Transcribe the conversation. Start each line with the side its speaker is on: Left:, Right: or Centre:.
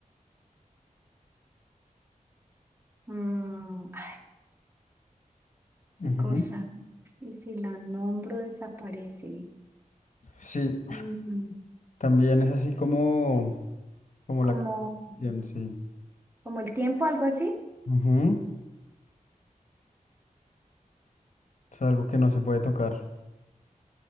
Right: Mm, ay,
Left: Ujú.
Right: qué cosa. Y si la nombro desaparece,
Left: Sí,
Right: Mm,
Left: también es así como, como
Right: como,
Left: la... que- Sí.
Right: como el tiempo, algo así.
Left: Ujú, Es algo que no se puede tocar.